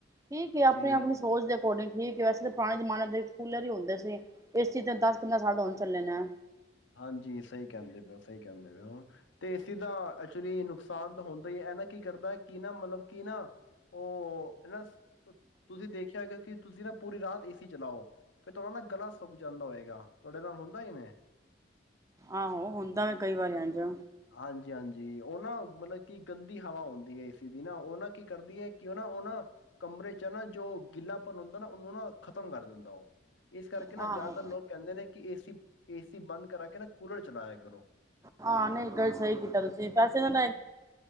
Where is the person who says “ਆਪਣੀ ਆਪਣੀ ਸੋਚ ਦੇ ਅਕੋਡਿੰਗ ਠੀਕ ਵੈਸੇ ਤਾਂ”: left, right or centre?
Right